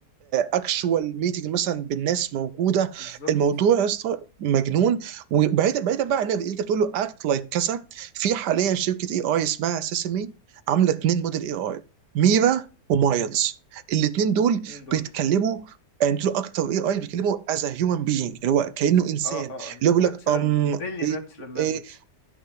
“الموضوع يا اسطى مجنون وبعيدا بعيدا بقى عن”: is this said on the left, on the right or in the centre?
Right